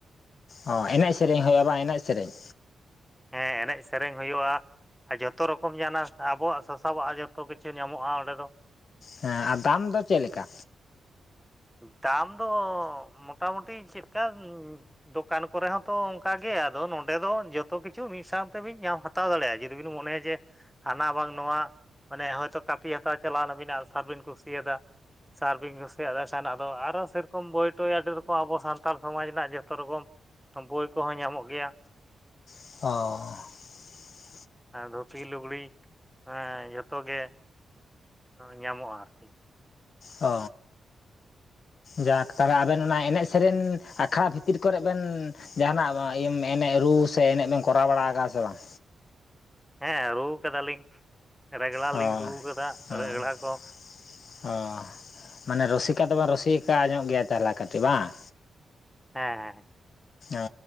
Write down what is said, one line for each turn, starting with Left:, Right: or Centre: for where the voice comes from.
Left: ᱦᱚ ᱮᱱᱮᱡ ᱥᱮᱨᱮᱧ ᱦᱩᱭᱩᱜᱼᱟ ᱵᱟᱝ ᱮᱱᱮᱡ ᱥᱮᱨᱮᱧ
Centre: ᱦᱮᱸ ᱮᱱᱮᱡ ᱥᱮᱨᱮᱧ ᱦᱩᱭᱩᱜᱼᱟ᱾ ᱟᱨ ᱡᱚᱛᱚ ᱨᱚᱠᱚᱢ ᱡᱟᱱᱟ ᱟᱵᱚᱣᱟᱜ ᱥᱟᱥᱟᱵᱟᱜ ᱡᱚᱛᱚ ᱠᱤᱪᱷᱩ ᱧᱟᱢᱚᱜᱼᱟ ᱚᱸᱰᱮ ᱫᱚ
Left: ᱦᱮᱸ ᱟᱨ ᱫᱟᱢ ᱫᱚ ᱪᱮᱫ ᱞᱮᱠᱟ?
Centre: ᱫᱟᱢ ᱫᱚ ᱢᱚᱴᱟᱢᱩᱴᱤ ᱪᱮᱫᱠᱟ ᱫᱚᱠᱟᱱ ᱠᱚᱨᱮ ᱦᱚᱸᱛᱚ ᱚᱱᱠᱟ ᱜᱮ ᱟᱫᱚ ᱱᱚᱰᱮᱸ ᱫᱚ ᱡᱚᱛᱚ ᱠᱤᱪᱷᱩ ᱢᱤᱫ ᱥᱟᱶᱛᱮᱵᱤᱱ ᱧᱟᱢ ᱦᱟᱛᱟ ᱦᱟᱛᱟᱣ ᱫᱟᱲᱮᱭᱟᱜ ᱡᱩᱫᱤ ᱵᱤᱱ ᱢᱚᱱᱮᱭᱟ ᱡᱮ ᱦᱟᱱᱟ ᱵᱟᱝ ᱱᱚᱣᱟ ᱢᱟᱱᱮ ᱦᱚᱭᱛᱚ ᱠᱟᱹᱯᱤ ᱦᱟᱛᱟᱣ ᱪᱟᱞᱟᱣ ᱱᱟᱵᱤᱱ ᱟᱜ ᱥᱟᱨ ᱵᱤᱱ ᱠᱩᱥᱤᱭᱟᱫᱟ ᱥᱟᱨ ᱵᱤᱱ ᱠᱩᱥᱤᱭᱟ ᱫ ᱱᱟᱜ ᱫᱚ ᱟᱨᱚ ᱥᱮ ᱨᱚᱠᱚᱢ ᱵᱳᱭ ᱴᱳᱭ ᱟᱹᱰᱤ ᱨᱚᱠᱚᱢ ᱟᱵᱚ ᱥᱟᱱᱛᱟᱲ ᱥᱚᱢᱟᱡᱽ ᱨᱮᱱᱟᱜ ᱡᱚᱛᱚ ᱨᱚᱠᱚᱢ ᱵᱳᱭ ᱠᱚᱦᱚᱸ ᱧᱟᱢᱚᱜ ᱜᱮᱭᱟ
Left: ᱚ
Centre: ᱫᱷᱩᱛᱤ ᱞᱩᱜᱽᱲᱤ ᱦᱮᱸ ᱡᱷᱚᱛᱚ ᱜᱮ ᱧᱟᱢᱚᱜᱼᱟ ᱟᱨᱠᱤ
Left: ᱚ ᱡᱟᱠ ᱛᱟᱞᱮ ᱟᱵᱮᱱ ᱚᱱᱟ ᱮᱱᱮᱡ ᱥᱮᱨᱮᱧ ᱟᱠᱷᱲᱟ ᱵᱷᱤᱛᱤᱨ ᱠᱚᱨᱮᱫ ᱵᱮᱱ ᱡᱟᱦᱟᱱᱟ ᱤᱭᱟ ᱢᱮᱱᱮ ᱨᱩ ᱥᱮ ᱮᱱᱮᱡ ᱮᱢ ᱠᱚᱨᱟᱣ ᱵᱟᱲᱟ ᱟᱠᱟᱼᱟ ᱥᱮ ᱵᱟᱝ
Centre: ᱦᱮᱸ ᱨᱩ ᱠᱟᱫᱟᱞᱤᱧ ᱨᱮᱜᱽᱲᱟ
Left: ᱚ
Centre: ᱞᱤᱧ ᱨᱩ ᱠᱟᱫᱟ
Left: ᱦᱮᱸ
Centre: ᱨᱮᱜᱽᱲᱟ ᱠᱚ
Left: ᱚ ᱢᱟᱱᱮ ᱨᱩᱥᱤᱠᱟ ᱫᱚᱵᱚᱱ ᱨᱩᱥᱤᱠᱟ ᱧᱚᱜ ᱜᱮᱭᱟ ᱛᱟᱦᱞᱮ ᱠᱟᱹᱴᱤᱡᱽ ᱵᱟᱝ
Centre: ᱦᱮᱸ ᱦᱮᱸ
Left: ᱚ